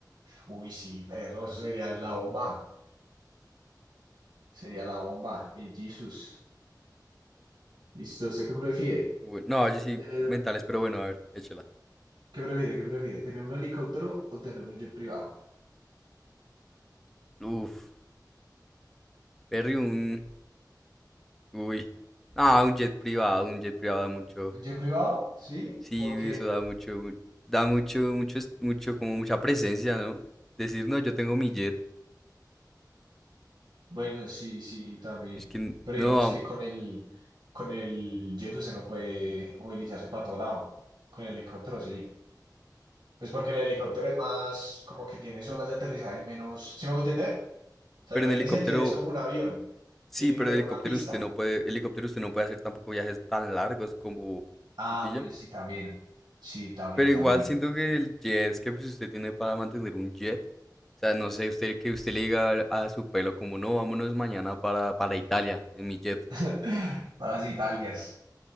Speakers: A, on the right; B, in the centre.
A: Uy, sí, perro, eso sería la bomba. Sería la bomba, el Jesus. Listo, ¿usted qué prefiere?
B: Bueno, no, yo sí,
A: Tener,
B: mentales, pero bueno, a ver, échela.
A: ¿qué prefiere? ¿Qué prefiere? ¿Tener un helicóptero o tener un jet privado?
B: Uf, Perry, un. Uy. Ah, un jet privado, un jet privado da mucho.
A: ¿Un jet privado? Sí,
B: Sí,
A: porque
B: eso da mucho. Da mucho, mucho, mucho, como mucha presencia, ¿no? Decir, no, yo tengo mi jet.
A: bueno, sí, sí, también.
B: Es que,
A: Pero
B: no,
A: digamos que con el con el jet usted no puede movilizarse para todo lado. Con el helicóptero sí. Pues porque el helicóptero es más como que tiene zonas de aterrizaje menos. ¿Sí me voy a entender? O sea,
B: pero
A: imagínese
B: en helicóptero
A: el jet es como un avión.
B: Sí,
A: Tiene
B: pero
A: que tener
B: el helicóptero
A: una pista.
B: usted no puede, helicóptero usted no puede hacer tampoco viajes tan largos como
A: Ah,
B: si pilla.
A: bueno, sí, también. Sí, también,
B: Pero igual
A: también.
B: siento que el jet es que pues, usted tiene para mantener un jet. O sea, no sé, usted que usted le diga al- a su pelo como no, vámonos mañana para, para Italia en mi jet.
A: <laughs> Para las Italias.